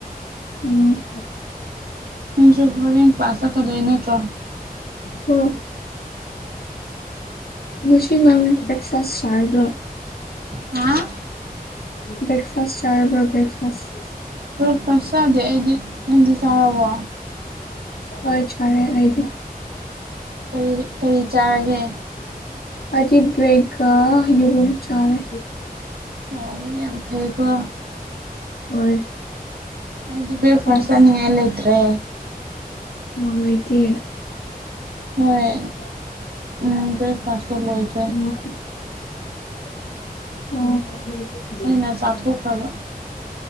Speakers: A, on the left (about 85°); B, on the right (about 75°).
A: ꯎꯝ
B: ꯅꯪꯁꯨ ꯍꯣꯔꯦꯟ ꯀ꯭ꯂꯥꯁ ꯆꯠꯀꯗꯣꯏ ꯅꯠꯇ꯭ꯔꯣ
A: ꯍꯣꯢ ꯅꯨꯡꯁꯤ ꯃꯪ <inaudible> ꯭ꯔꯦꯛꯐꯥꯥꯁ ꯁꯔꯗ꯭ꯔꯣ
B: ꯍꯥ
A: ꯕ꯭ꯔꯦꯛꯐꯥꯁ ꯆꯥꯔꯕꯣ ꯕ꯭ꯔꯦꯛꯐꯥꯁ
B: ꯕ꯭ꯔꯦꯛꯐꯥꯁ ꯆꯥꯗꯦ ꯑꯩꯗꯤ ꯅꯪꯗꯤ ꯆꯥꯔꯕꯣ
A: ꯍꯣꯏ ꯆꯥꯔꯦ ꯑꯩꯗꯤ
B: ꯀꯔꯤ ꯀꯔꯤ ꯆꯥꯔꯒꯦ
A: ꯑꯩꯗꯤ ꯕꯔꯦꯛ ꯒ ꯌꯦꯔꯨꯝ ꯆꯥꯔꯦ
B: ꯑꯣ ꯌꯥꯝ ꯐꯩꯀꯣ
A: ꯍꯣꯏ
B: ꯑꯩꯗꯤ ꯕ꯭ꯔꯦꯛꯐꯥꯁ
A: ꯍꯥꯎꯋꯦ
B: ꯆꯥꯅꯤꯡꯉꯥꯏ ꯂꯩꯇ꯭ꯔꯦ
A: ꯅꯨꯡꯉꯥꯏꯇꯦ ꯎꯝ
B: ꯍꯣꯏ ꯎꯝ
A: <inaudible>
B: ꯕ꯭ꯔꯦꯛꯐꯥꯁꯇꯣ ꯂꯣꯏꯈ꯭ꯔꯦ
A: ꯑꯣ
B: ꯑꯩꯅ ꯆꯥꯊꯣꯛꯈ꯭ꯔꯕ